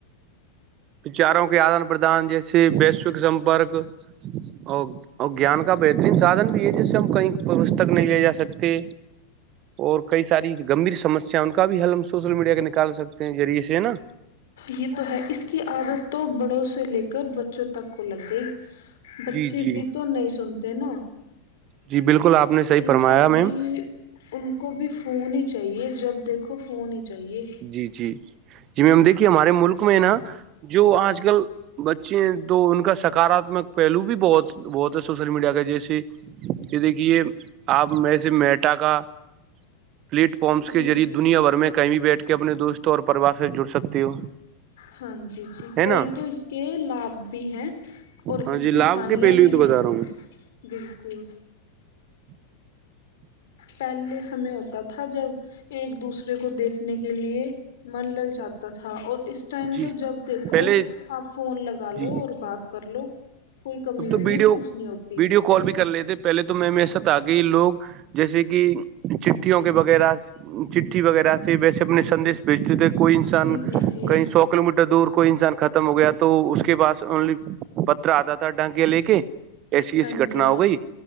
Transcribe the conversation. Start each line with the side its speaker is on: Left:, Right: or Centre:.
Right: وچاروں کے آدان پردان جیسے ویشوک سمپرک او اور گیان کا بہترین سادھن بھی ہے جس سے ہم کہیں پستک نہیں لے جا سکتے اور کئی ساری گمبھیر سمسیا ان کا بھی حل ہم سوشل میڈیا کے نکال سکتے ہیں ذریعے سے نا
Left: یہ تو ہے اس کی عادت تو بڑوں سے لے کر بچوں تک کو لگ گئی بچے
Right: جی جی
Left: بھی تو نہیں سنتے نا
Right: جی بالکل آپ نے صحیح
Left: ان
Right: فرمایا
Left: کو بھی
Right: میم
Left: ان کو بھی فون ہی چاہیے جب دیکھو فون ہی چاہیے
Right: جی جی جی میم دیکھیے ہمارے ملک میں نا جو آج کل بچے تو ان کا سکاراتمک پہلو بھی بہت بہت ہے سوشل میڈیا کا جیسے یہ دیکھیے آپ میں سے میٹا کا پلیٹ فارمس کے
Left: جی
Right: ذریعے دنیا بھر میں کہیں بھی بیٹھ کے اپنے دوستوں اور پریوار سے جڑ سکتی ہو
Left: ہاں جی جی
Right: ہے
Left: کئی
Right: نا
Left: تو اس کے لابھ بھی ہیں اور
Right: ہاں
Left: اس
Right: جی لابھ
Left: کی ہانیاں
Right: کے پہلو
Left: بھی
Right: ہی تو بتا
Left: ہیں
Right: رہا ہوں میں
Left: بلکل
Right: <inaudible>
Left: پہلے سمے ہوتا تھا جب ایک دوسرے کو دیکھنے کے لیے من للچاتا تھا اور اس اس ٹائم
Right: جی
Left: تو جب دیکھو
Right: پہلے
Left: آپ فون لگا
Right: جی
Left: لو اور بات کر لو کوئی کمی
Right: اب تو
Left: بھی
Right: ویڈیو
Left: محسوس نہیں ہوتی
Right: ویڈیو کال بھی کر لیے تھے پہلے تو میں میرے ساتھ آ گئی لوگ <inaudible> جیسے کہ چٹھیوں کے وغیرہ چٹھی وغیرہ سے ویسے اپنے سندیش بیچ تو کوئی انسان
Left: جی جی جی
Right: کہیں سو کلو میٹر دور کوئی انسان ختم ہو گیا تو اس کے پاس اونلی پترا آتا تھا ڈھنک کے لے کے ایسی ایسی
Left: ہاں
Right: گھٹنا
Left: جی
Right: ہو گئی